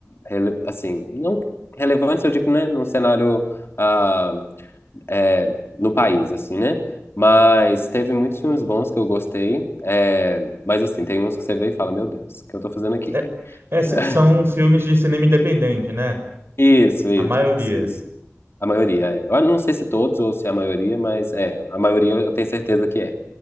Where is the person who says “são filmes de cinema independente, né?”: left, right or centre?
Right